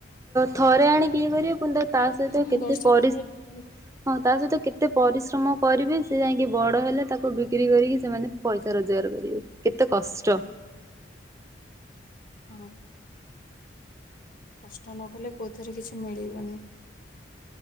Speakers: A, on the right (about 15°); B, on the left (about 45°).
A: ଥରେ ଆଣି କିଏ କରିବ। ପୁଣି ତା ସହିତ
B: ହୁଁ
A: କେତେ
B: ବର୍ଷକୁ
A: ପରି
B: ଥରେ ଲେଖାଏ।
A: ହଁ ତା ସହିତ। କେତେ ପରିଶ୍ରମ କରିବେ ସେ ଯାଇକି ବଡ ହେଲେ ତାକୁ ବିକ୍ରି କରିକି ସେମାନେ ପଇସା ରୋଜଗାର କରିବେ କେତେ କଷ୍ଟ।
B: ହଁ। କଷ୍ଟ ନ କଲେ କଉଥିରେ କିଛି ମିଳିବନି।